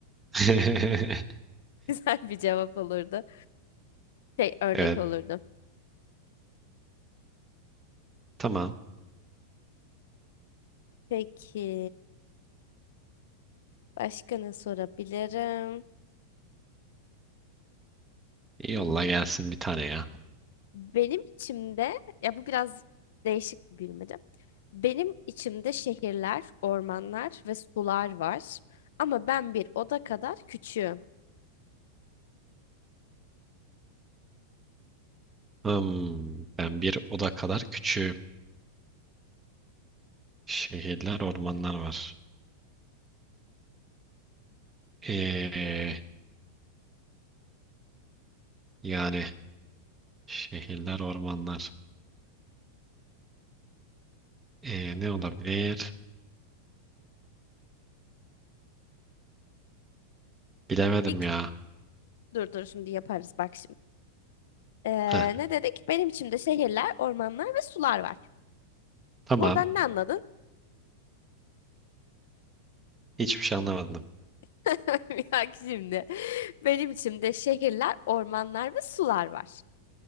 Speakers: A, on the right; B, on the left.
A: <laughs>
B: Güzel bir cevap olurdu. Şey örnek
A: Evet.
B: olurdu.
A: Tamam.
B: Peki başka ne sorabilirim?
A: Yolla gelsin bir tane ya.
B: Benim içimde ya bu biraz değişik bir bilmece. Benim içimde şehirler, ormanlar ve sular var. Ama ben bir oda kadar küçüğüm.
A: Hmm, ben bir oda kadar küçüğüm. Şehirler, ormanlar var. Ee, yani şehirler, ormanlar. Ee, ne olabilir? Bilemedim
B: İlk
A: ya.
B: dur dur şimdi yaparız bak şimdi. Ee,
A: Heh,
B: ne dedik? Benim içimde şehirler, ormanlar ve sular var.
A: tamam.
B: Buradan ne anladın?
A: Hiçbir şey anlamadım.
B: <laughs> Bak şimdi. Benim içimde şehirler, ormanlar ve sular var.